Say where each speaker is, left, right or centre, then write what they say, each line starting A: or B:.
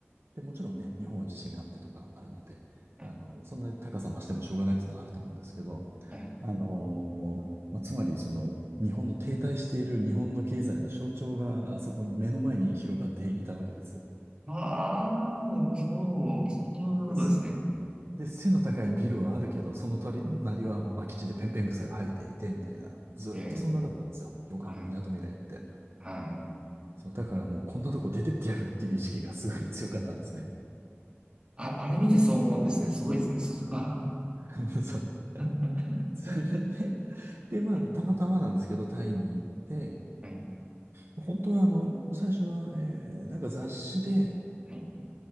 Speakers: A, on the right; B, on the right.
A: で、もちろんね、日本は地震があってとかあるので、
B: はい。
A: あの、そんなに高さ増してもしょうがないっていうのはあると思うんですけど、
B: はい
A: あのーまあ、つまりその日本の停滞している日本の経済の象徴があそこに目の前に広がっていたわけです。
B: ああ、そう、そういうことですね。
A: そうで、背の高いビルはあるけど、その隣はもう空き地でペンペン草が生えていて、みたいな。ずーっとそんなだったんですよ。
B: ええ、
A: 横浜みなとみらいって。
B: はい、はい。
A: そう、だからもうこんなとこ出てってやるっていう意識がすごい強かったんですね。
B: あ、あれ見てそう思うんですね。すごいですね。それは
A: <laughs> そう
B: <laughs>
A: <laughs> それで、<laughs> で、まあ、
B: はい、
A: たまたまなんですけど、タイに行って、
B: はい、
A: 本当はあの、最初は、えー、なんか雑誌で、
B: はい、